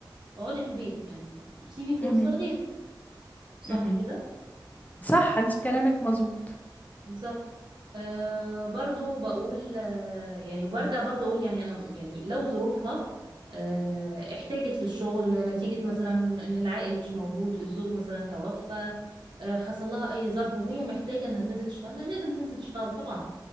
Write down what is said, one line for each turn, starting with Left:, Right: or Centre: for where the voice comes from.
Right: اقعدي في البيت يعني سيبي فرصه
Left: مهم.
Right: لغيرك صح
Left: مهم.
Right: كده
Left: صح انت كلامك مظبوط
Right: بالظبط آه برضو بقول آه يعني وبرجع برضو اقول يعني انا يعني لو ظروفها آه احتاجت للشغل نتيجة مثلا ان العائل مش موجود الزوج مثلا توفى آه حصل لها اي ظرف وهي محتاجة انها تنزل تشتغل لا لازم تنزل تشتغل طبعا